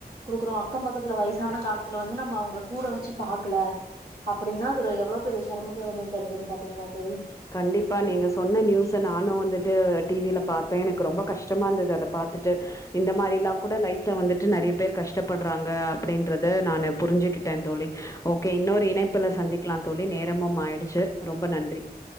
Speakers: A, on the right; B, on the left.
A: குடுக்குறோ அக்கம் பக்கத்துல வய்சான காலத்துல வந்து நம்ம அவுங்கள கூட வச்சு பாக்ல அப்படின்னா அது எவ்வளோ பெரிய சிரமத்த வந்து தருதுன்னு பாத்தீங்களா தொழி
B: கண்டிப்பா நீங்க சொன்ன நியூஸ் நானு வந்து து டிவில பாத்தே எனக்கு ரொம்ப கஷ்டமா இருந்தது அத பாத்துட்டு இந்த மாதிரி எல்லா கூட லைஃப்ல வந்துட்டு நெறய பேர் கஷ்டப்படுறாங்க அப்டின்றத நானு புரிஞ்சுகிட்டே தோழி ஓகே இன்னொரு இணைப்புல சந்திக்கலாம் தொழி நேரமும் ஆயிடுச்சு ரொம்ப நன்றி